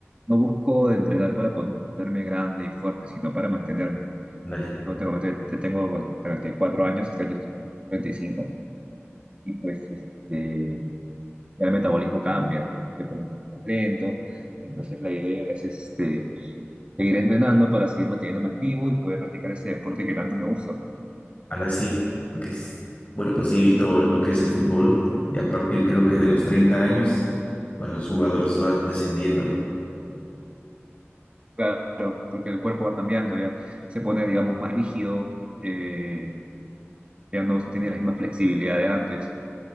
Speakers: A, on the right (about 25°); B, on the left (about 35°).
A: No busco entrenar para ponerme grande y fuerte, sino para mantenerme.
B: Dale,
A: No tengo, ya tengo, bueno, 34 años, este año estoy por 35 y pues este, ya el metabolismo cambia, se pone un poco más lento. Entonces la idea es este, seguir entrenando para seguir manteniéndome activo y poder practicar ese deporte que tanto me gusta, ¿no?
B: ahora sí, porque es, bueno, pues sí he visto lo que es el fútbol y a partir creo que de los 30 años, pues los jugadores van descendiendo, ¿no?
A: Claro, porque el cuerpo va cambiando, ya se pone, digamos, más rígido, eh, ya no tiene la misma flexibilidad de antes.